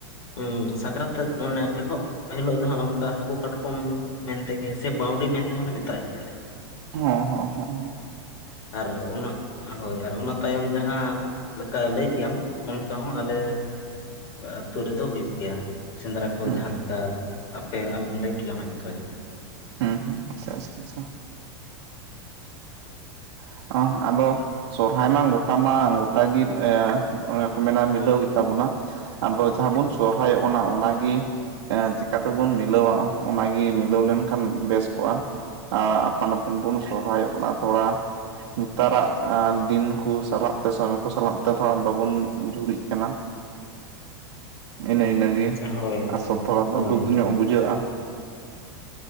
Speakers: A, on the left (about 55°); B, on the right (about 80°).
A: ᱦᱩᱸ ᱥᱟᱠᱨᱟᱛ ᱛᱟᱹᱠ ᱢᱟᱱᱮ ᱮᱦᱚᱵ ᱮᱱ ᱦᱤᱞᱳᱜ ᱫᱚ ᱦᱟᱸᱜ ᱚᱱᱠᱟ ᱦᱟᱹᱠᱩ ᱠᱟᱴᱠᱚᱢ ᱢᱮᱱᱛᱮ ᱜᱮ ᱥᱮ ᱵᱟᱺᱣᱰᱤ ᱢᱮᱱᱛᱮ ᱦᱚᱸᱞᱮ ᱢᱮᱛᱟᱜ ᱜᱮᱭᱟ ᱞᱮ
B: ᱦᱳᱸ ᱦᱳᱸ ᱦᱳᱸ ᱦᱳᱸ
A: ᱟᱨ ᱚᱱᱟ ᱦᱳᱭ ᱟᱨ ᱚᱱᱟ ᱛᱟᱭᱚᱢ ᱡᱟᱦᱟᱸ ᱞᱮᱠᱟ ᱞᱟᱹᱭ ᱠᱮᱜ ᱟᱢ ᱚᱱᱠᱟ ᱦᱚᱸ ᱟᱞᱮ ᱟᱹᱛᱩ ᱨᱮᱫᱚ ᱦᱩᱭᱩᱜ ᱜᱮᱭᱟ᱾ ᱥᱮᱸᱫᱽᱨᱟ ᱠᱚ
B: ᱦᱩᱸ
A: ᱡᱟᱦᱟᱸ ᱞᱮᱠᱟ ᱟᱯᱮ ᱟᱢ ᱞᱟᱹᱭ ᱠᱮᱭᱟᱢ ᱦᱮᱸ ᱤᱱᱠᱟᱜᱮ᱾
B: ᱦᱩᱸ ᱦᱩᱸ ᱟᱪᱪᱷᱟ ᱟᱪᱪᱷᱟ <unintelligible> ᱟᱫᱚ ᱥᱚᱨᱦᱟᱭ ᱢᱟ ᱜᱚᱴᱟ ᱢᱟ ᱜᱚᱴᱟᱜᱮ ᱮ ᱚᱱᱮ ᱠᱚ ᱢᱮᱱᱟ ᱢᱤᱞᱟᱹᱣ ᱜᱮᱛᱟᱵᱚᱱᱟ ᱟᱫᱚ ᱡᱟᱦᱟᱸ ᱵᱚᱱ ᱥᱚᱨᱚᱦᱟᱭᱚᱜ ᱠᱟᱱᱟ ᱚᱱᱟᱜᱮ ᱮᱸ ᱪᱤᱠᱟᱛᱮᱵᱚᱱ ᱢᱤᱞᱟᱹᱣᱟ᱾ ᱚᱱᱟᱜᱮ ᱢᱤᱞᱟᱹᱣ ᱞᱮᱱᱠᱷᱟᱱ ᱵᱮᱥ ᱠᱚᱜᱼᱟ᱾ ᱟᱯᱟᱱ ᱟᱹᱯᱤᱱ ᱵᱚᱱ ᱥᱚᱦᱚᱨᱟᱭᱚᱜ ᱠᱟᱱᱟ ᱛᱷᱚᱲᱟ ᱱᱮᱛᱟᱨᱟᱜ ᱫᱤᱱ ᱠᱚ ᱥᱟᱞᱟᱜ ᱛᱮ ᱥᱚᱢᱚᱭ ᱠᱚ ᱥᱟᱞᱟᱜ ᱛᱮ ᱛᱷᱚᱲᱟ ᱵᱟᱵᱩᱱ ᱡᱩᱨᱤᱜ ᱠᱟᱱᱟ᱾
A: <inaudible>
B: ᱮᱱᱮᱹ ᱤᱱᱟᱹᱜᱮ
A: ᱦᱳᱭ ᱦᱳᱭ
B: ᱟᱥᱚᱞ ᱛᱷᱚᱲᱟ ᱫᱚ
A: ᱦᱳᱭ
B: ᱫᱩᱠ
A: ᱦᱳᱭ
B: ᱧᱚᱜ ᱵᱩᱡᱷᱟᱹᱜᱼᱟ᱾